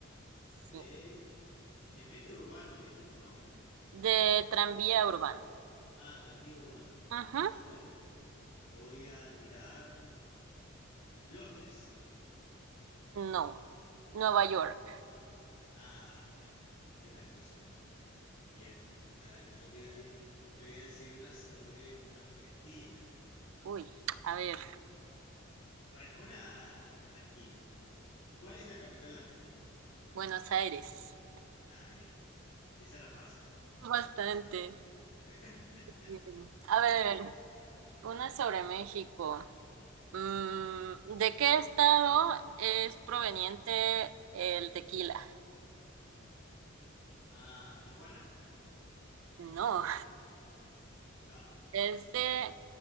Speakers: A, on the right; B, on the left.
A: Sí.
B: De, de metro urbano me dijiste, ¿no?
A: De tranvía urbano.
B: Ah, tranvía urbano.
A: Ajá.
B: A ver, voy a tirar Londres.
A: No. Nueva York.
B: Ah, bueno, era anglosajón. Bien, a ver, yo te voy a, ti- te voy a decir una sobre Argentina.
A: Uy, a ver.
B: Bueno, una tranquila. ¿Cuál es la capital de Argentina?
A: Buenos Aires.
B: Ah, bien, bueno, esa era fácil.
A: Bastante.
B: <laughs>
A: Bien. A ver, una sobre México. Mm, ¿de qué estado es proveniente el tequila?
B: Ah, ¿Tijuana?
A: No,
B: No.
A: es de